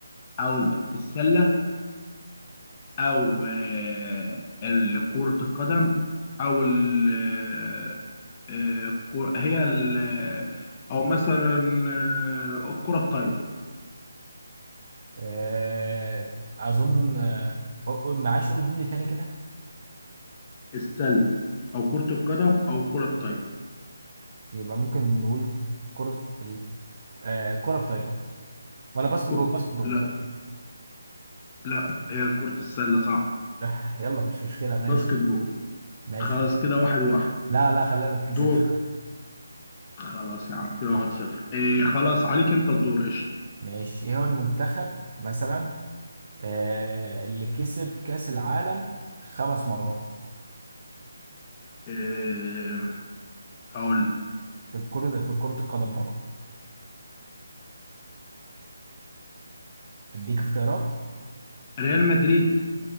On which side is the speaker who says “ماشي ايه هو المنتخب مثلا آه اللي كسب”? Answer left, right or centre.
Right